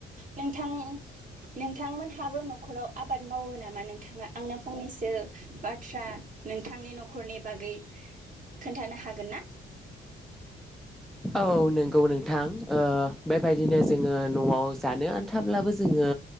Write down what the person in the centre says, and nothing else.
औ नंगौ नोंथां बेबायदिनो जोंङो नआव जानो आनथाब्लाबो जोंङो